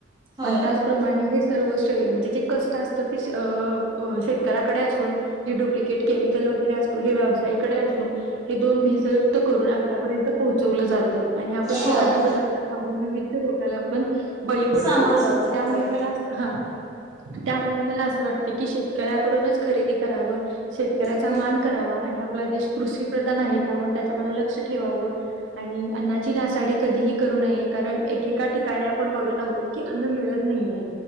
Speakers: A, on the right; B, on the right.
A: होय
B: आणि त्याचप्रमाणे हे... सर्व श्रेय म्हणजे जे कष्ट असत ते अ शेतकऱ्याकडे असून डुपब्लिकेट केमिकल... वगैरे असतो हे व्यवसायिकडे असून हे दोन भेसळयुक्त करून आपल्यापर्यंत पोहोचवल जात... आणि आपण
A: होय
B: ते अन्न पदार्थ खाऊन विविध रोगाला आपण... बळी पडतो
A: सामोर जातय
B: त्यामुळे
A: होय
B: मला अस हा... त्यामुळे मला असं वाटतं की शेतकऱ्याकडूनच खरेदी करावं... शेतकऱ्याचा
A: हम्म
B: मान करावा आणि आप... आपला देश कृषी प्रधान आहे त्यामुळे त्याच्याकड लक्ष ठेवाव आणि अन्नाची नासाडी कधीही करू... करू नये कारण एकेक... एका ठिकाणी आपण बघत आहोत की अन्न मिळत नाहीये